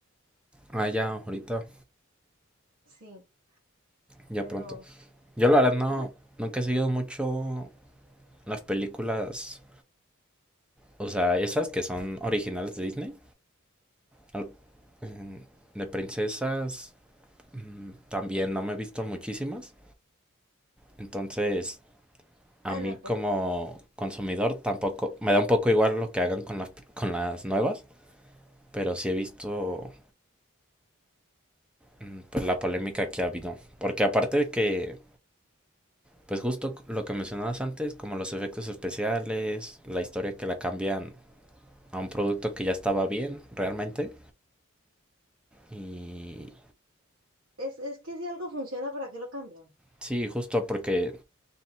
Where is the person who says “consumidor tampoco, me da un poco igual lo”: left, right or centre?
Centre